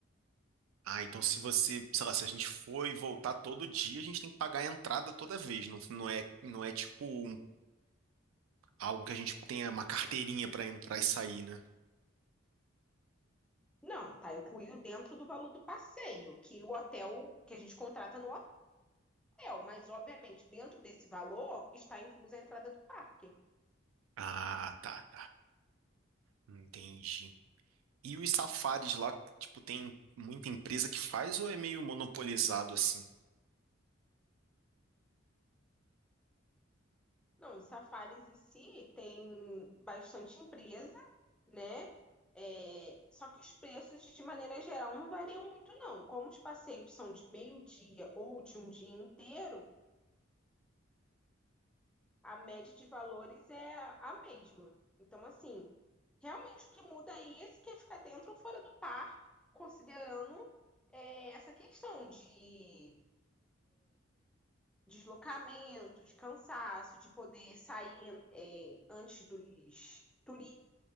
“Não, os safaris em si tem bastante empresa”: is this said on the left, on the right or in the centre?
Centre